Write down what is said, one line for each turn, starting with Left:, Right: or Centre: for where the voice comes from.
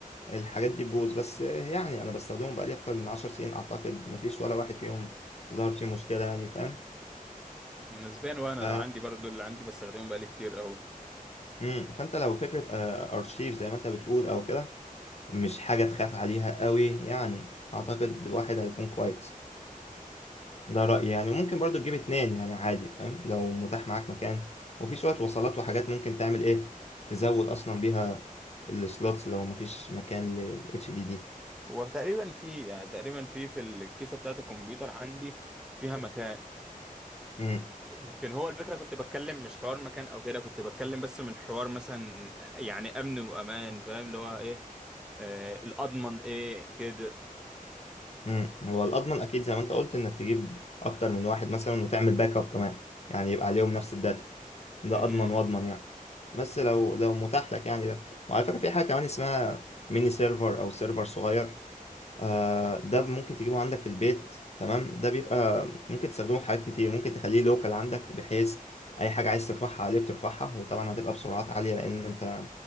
Left: الحاجات دي تبوظ بس آه، يعني انا بستخدمه بقالي اكتر من عشر سنين اعتقد مفيش ولا واحد فيهم ظهر فيه مشكلة يعني فاهم
Centre: نسبيا وأنا
Left: ف
Centre: أنا عندي برضو اللي عندي بستخدمه بقالي كتير أوي
Left: امم فانت لو فكره آه، ارشيف زي ما انت بتقول او كده مش حاجه تخاف عليها قوي يعني اعتقد واحد هيكون كويس ده رايي يعني وممكن برضو تجيب اتنين يعني عادي فاهم لو متاح معاك مكان وفي شويه وصلات وحاجات ممكن تعمل ايه تزود اصلا بيها السلوتس لو مفيش مكان للاتش دي دي
Centre: هو تقريبا في يعني تقريبا في في الكيسة بتاعة الكمبيوتر عندي فيها مكان
Left: امم
Centre: لكن هو الفكرة كنت بتكلم مش حوار مكان أو كده كنت بتكلم بس من حوار مثلا يعني أمن وأمان فاهم اللي هو إيه آه الأضمن إيه كده
Left: امم هو الاضمن اكيد زي ما انت قلت انك تجيب اكتر من واحد مثلا وتعمل باك اب كمان يعني يبقى عليهم نفس الداتا ده
Centre: امم
Left: اضمن واضمن يعني بس لو لو متاح لك يعني ده وعلى فكرة في حاجة كمان اسمها ميني سيرفر أو سيرفر صغير آه ده ممكن تجيبه عندك في البيت تمام ده بيبقى ممكن تستخدمه في حاجات كتير ممكن تخليه لوكال عندك بحيث أي حاجة عايز ترفعها عليه بترفعها وطبعا هتبقى بسرعات عالية لأن أنت